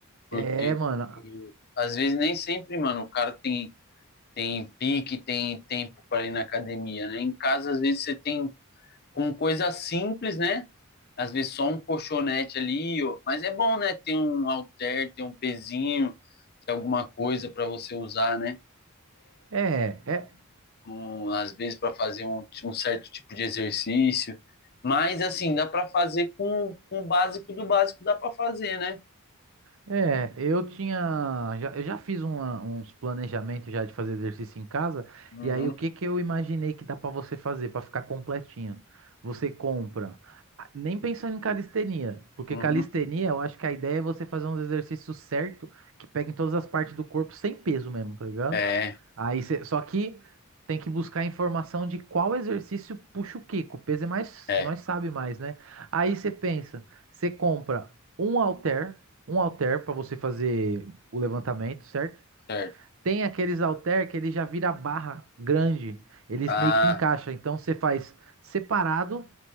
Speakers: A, on the right; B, on the left.
A: É,
B: Porque
A: mano.
B: e, às vezes nem sempre, mano, o cara tem, tem pique, tem tempo para ir na academia, né? Em casa, às vezes, você tem com coisa simples, né? Às vezes só um colchonete ali, ó. mas é bom, né? Ter um halter, ter um pezinho, ter alguma coisa para você usar, né?
A: É, é,
B: um- às vezes para fazer um, um certo tipo de exercício. Mas assim, dá para fazer com, com o básico do básico, dá para fazer, né?
A: É, eu tinha, já- eu já fiz uma- uns planejamentos já de fazer exercício em casa,
B: Uhum,
A: e aí o que que eu imaginei que dá pra você fazer pra ficar completinho? Você compra, ah, nem pensando em calistenia, porque
B: uhum.
A: calistenia, eu acho que a ideia é você fazer uns exercícios certo que peguem todas as partes do corpo sem peso mesmo, tá ligado?
B: É,
A: Aí você, só que tem que buscar informação de qual exercício puxa o quê, que o peso é mais,
B: é,
A: nós sabe mais, né? Aí você pensa, você compra um halter um halter para você fazer o levantamento, certo?
B: certo.
A: Tem aqueles halter que ele já vira barra grande, eles
B: Ah,
A: meio que encaixa, então você faz separado